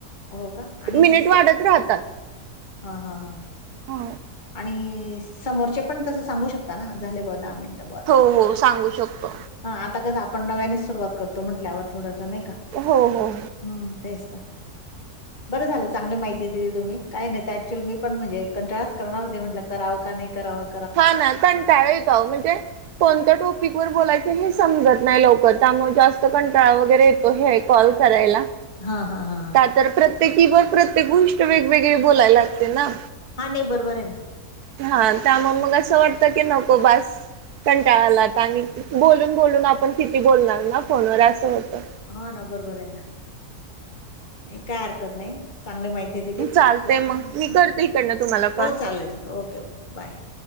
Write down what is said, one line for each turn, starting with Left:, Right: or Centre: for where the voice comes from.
Left: हो का आणि
Right: मिनिट
Left: स-
Right: वाढत राहतात.
Left: हा हा हा!
Right: हो
Left: आणि समोरचे पण तसं सांगू शकता ना झाले बा दहा मिनिट?
Right: हो हो सांगू शकतो.
Left: आता कस आपण नव्यानेच सुरुवात करतो म्हंटल्यावर थोडंस नाही का.
Right: हो हो!
Left: हम्म तेच ना. बरं झालं चांगली माहिती दिली तुम्ही काही नाही ऍक्च्युअली मी पण म्हणजें कटाळा करणार होते म्हटलं करावं का नाही करावं
Right: हा ना कंटाळा येतो अहो म्हणजे कोणत्या टॉपिक वर बोलायचं हे समजत नाही लवकर त्यामुळे जास्त कंटाळा वगैरे ये तो हे कॉल करायला.
Left: हा हा हा!
Right: का तर प्रत्येकी बर प्रत्येक गोष्ट वेगवेगळी बोलायला लागते ना.
Left: हा नाय बरोबर आहे ना.
Right: हा त्यामुळं मग असं वाटत की नको बास कंटाळा आला आणि बोलून बोलून आपण किती बोलणार ना फोनवर असं होतं.
Left: हा ना बरोबर आहे ना काय हरकत नाही चांगली माहि ती दिली
Right: चालतंय
Left: हो
Right: मग मी करते इकडनं तुम्हाला कॉल
Left: चालेल चालेल ओके ओके बाय.